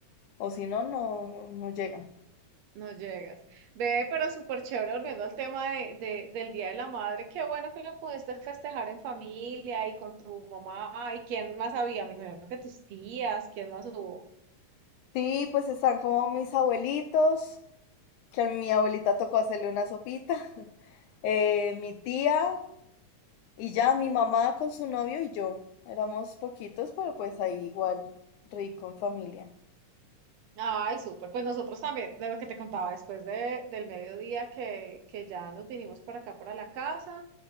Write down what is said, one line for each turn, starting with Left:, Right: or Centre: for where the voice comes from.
Left: O si no, no, no llega.
Right: No llegas. Ve, pero súper chévere, volviendo al tema de, de- del Día de la Madre. Qué bueno que lo pudiste festejar en familia y con tu mamá. ¿Y quién más había? Me imagino que tus tías. ¿Quién más hubo?
Left: Sí, pues están como mis abuelitos, que a mi abuelita tocó hacerle una sopita, <laughs> eh, mi tía y ya mi mamá con su novio y yo. Éramos poquitos, pero pues ahí igual rico en familia.
Right: Ay, súper. Pues nosotros también, de lo que te contaba después de, del mediodía que, que ya nos vinimos para acá, para la casa.